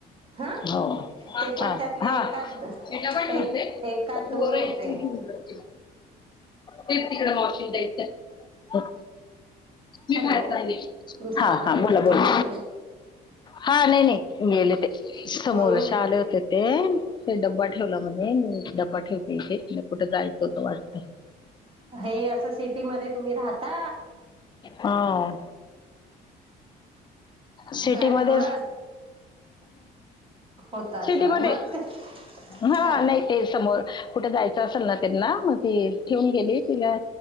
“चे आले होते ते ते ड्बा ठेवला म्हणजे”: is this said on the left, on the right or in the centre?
Left